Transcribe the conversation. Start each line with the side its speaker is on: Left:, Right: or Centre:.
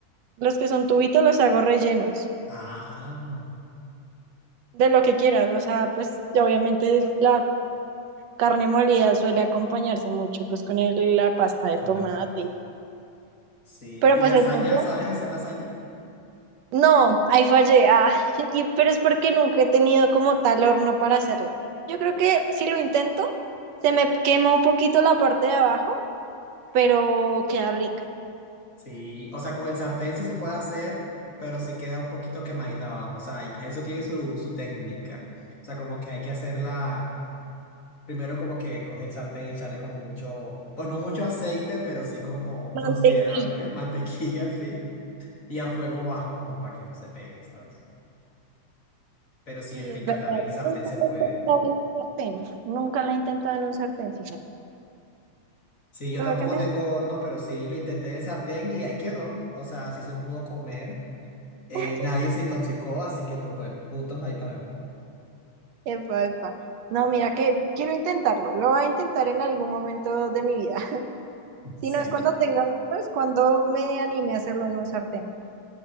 Right: los que son tubitos, los hago rellenos
Left: Ah,
Right: de lo que quieras. O sea, pues obviamente la carne molida suele acompañarse mucho pues con el- la pasta de
Left: con
Right: tomate.
Left: la pasta. Sí.
Right: Pero
Left: ¿Y
Right: pues
Left: lasaña?
Right: el pollo,
Left: ¿Sabes hacer lasaña?
Right: no, ahí fallé. Ah, <laughs> y- pero es porque nunca he tenido como tal horno para hacerla. Yo creo que si lo intento, se me quema un poquito la parte de abajo, pero queda rica.
Left: Sí, o sea, con el sartén sí se puede hacer, pero sí queda un poquito quemadita abajo. O sea, hay- eso tiene su, su técnica. O sea, como que hay que hacerla. Primero como que coger el sartén y echarle como mucho, pues no mucho aceite, pero sí como
Right: Mantequilla,
Left: considerable, <laughs> mantequilla, sí, y a fuego bajo como para que no se pegue, ¿sabes? Pero sí
Right: sí,
Left: es rica,
Right: es verdad.
Left: también en sartén se
Right: Nunca la
Left: puede.
Right: he intentado en un sartén. Nunca la he intentado en un sartén, fíjate.
Left: Sí, yo
Right: Tuve
Left: tampoco
Right: que me-
Left: tengo horno, pero sí lo intenté en el sartén y ahí quedó, o sea, sí se pudo comer, Eh,
Right: <laughs>
Left: nadie se intoxicó, así que pues bueno, puntos ahí para mí.
Right: Epa, epa. No, mira que quiero intentarlo. Lo voy a intentar en algún momento de mi vida. <laughs> Si
Left: Sí,
Right: no es cuando tenga, pues cuando me anime a hacerlo en un sartén.